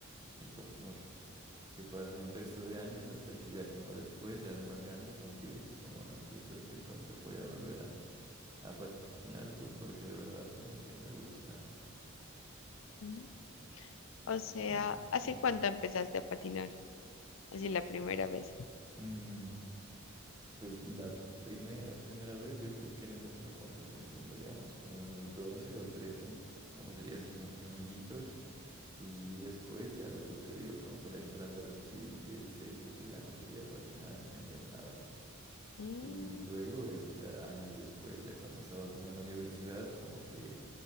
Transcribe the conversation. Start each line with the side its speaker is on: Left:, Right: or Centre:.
Right: Y como que que pase un resto de años hasta que ya como después, ya de más grande, como que dije, como no, pues ve qué tonto, voy a volver a, a patinar, pues porque de verdad como que me gusta.
Left: Mm. O sea,
Right: Mm,
Left: ¿hace
Right: mm,
Left: cuánto empezaste a patinar? Así la primera vez.
Right: mm, Pues la primera, primera vez, yo creo que en esa época, ¿cuántos años tendríamos? Como unos 12 o 13 cuando salía así con mis amiguitos. Y después ya lo que te digo, como por ahí entrando a los 15 16 fue que ya no quería patinar ni hacer nada.
Left: Mm.
Right: Y luego eso ya años después, ya cuando estaba como en la universidad, como que